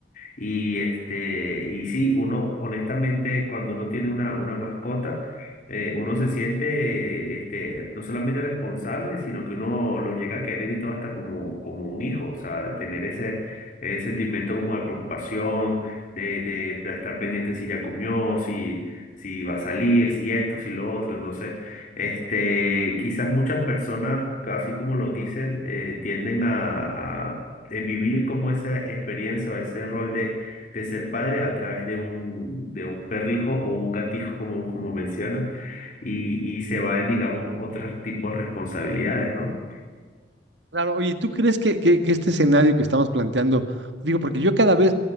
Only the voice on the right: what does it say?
Claro, oye, ¿tú crees que, que- que este escenario que estamos planteando, digo, porque yo cada vez,